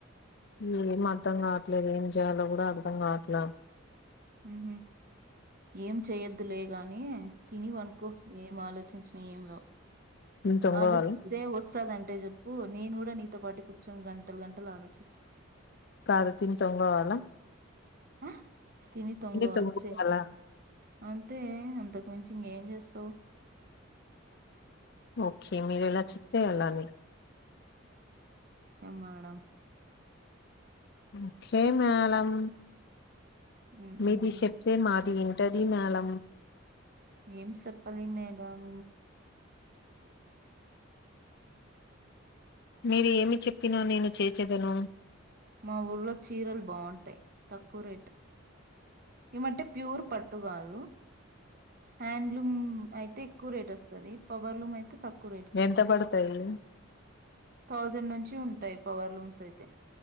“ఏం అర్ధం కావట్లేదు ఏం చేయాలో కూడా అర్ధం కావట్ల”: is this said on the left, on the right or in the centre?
Left